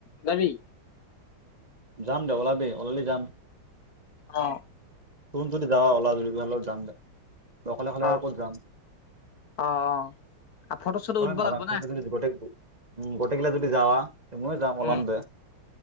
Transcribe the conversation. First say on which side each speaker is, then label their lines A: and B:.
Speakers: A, on the left; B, on the right.
A: যাবি
B: যাম দে ওলাবি ওলালি যাম
A: অ
B: তদি যা অওলাজুল হালও যাম দে দকলেি খালে
A: অ
B: আৰু ক'ত যাম।
A: অ অ ফটো চটো উঠব
B: নাজান
A: লাগব না
B: য গো উম, গোটেইকিলা যদি যাৱা ময়ো যাম
A: উম
B: ওলাম দে